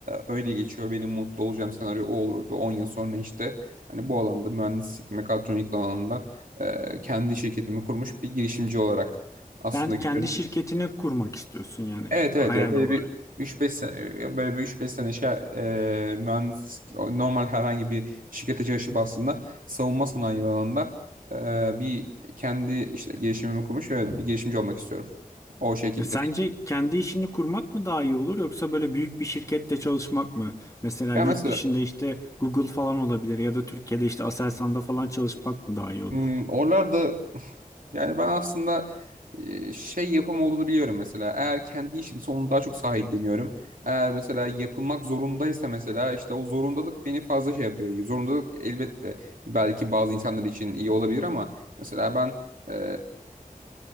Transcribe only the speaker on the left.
Sen
kendi şirketini kurmak istiyorsun yani
hayal
olarak.
Ya sence
kendi işini kurmak mı daha iyi olur yoksa böyle büyük bir şirkette çalışmak mı? Mesela
yurt
dışında işte Google falan olabilir ya da Türkiye'de işte Aselsan'da falan çalışmak mı daha iyi olur?